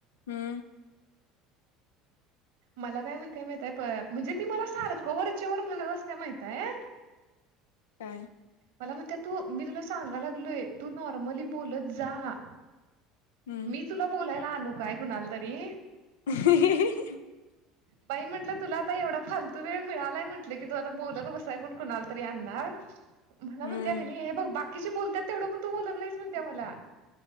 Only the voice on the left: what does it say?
हम्म
काय?
हम्म
ह
हम्म